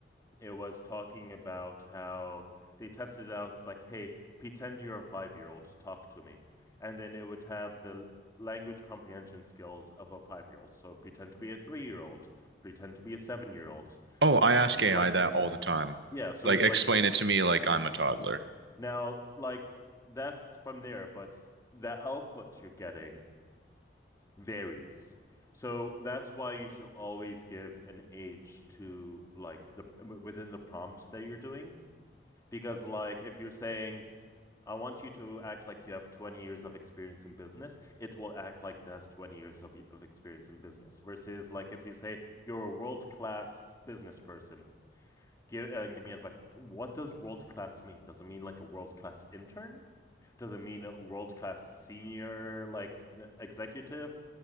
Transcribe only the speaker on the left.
it was talking about how they tested it out. It's like, hey, pretend you're a five-year-old, talk to me. And then it would have the language comprehension skills of a five-year-old. So pretend to be a three-year-old, pretend to be a seven-year-old.
Like,
yeah, so
it's
like the
now, like that's from there, but the output you're getting varies. So that's why you should always give an age to like the within the prompts that you're doing. Because like if you're saying I want you to act like you have 20 years of experience in business. It will act like it has 20 years of, of experience in business versus like if you say you're a world-class business person, give and give me advice. What does world-class mean? Does it mean like a world-class intern? Does it mean a world-class senior like e, executive?